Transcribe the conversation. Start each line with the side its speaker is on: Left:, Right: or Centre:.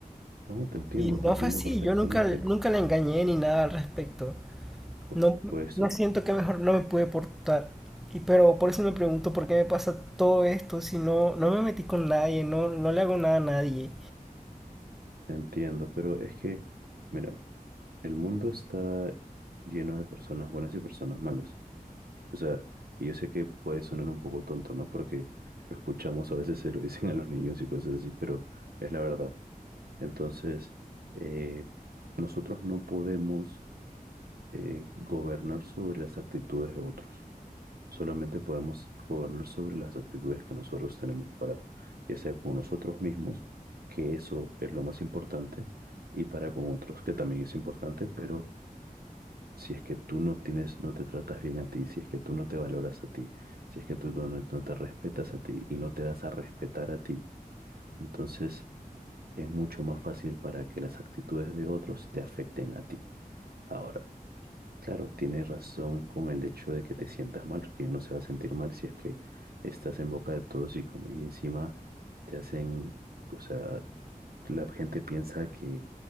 Right: no, te entiendo,
Centre: Y no
Right: te entiendo
Centre: fue así,
Right: perfectamente,
Centre: yo nunca, nunca la engañé ni nada al respecto.
Right: por
Centre: No,
Right: supuesto,
Centre: no siento que mejor no me pude portar. Y pero por eso me pregunto por qué me pasa todo esto si no, no me metí con nadie, no, no le hago nada a nadie.
Right: te entiendo, pero es que, mira, el mundo está lleno de personas buenas y personas malas. O sea, y yo sé que puede sonar un poco tonto, ¿no? Porque lo escuchamos, a veces se lo <laughs> dicen a los niños y cosas así, pero es la verdad. Entonces, eh, nosotros no podemos eh, gobernar sobre las actitudes de otros. Solamente podemos gobernar sobre las actitudes que nosotros tenemos para, ya sea con nosotros mismos, que eso es lo más importante, y para con otros, que también es importante, pero si es que tú no tienes, no te tratas bien a ti, si es que tú no te valoras a ti, si es que tú no, no no te respetas a ti y no te das a respetar a ti, entonces es mucho más fácil para que las actitudes de otros te afecten a ti. Ahora. Claro, tienes razón con el hecho de que te sientas mal, porque uno se va a sentir mal si es que estás en boca de todos y como y encima te hacen, o sea, la gente piensa que,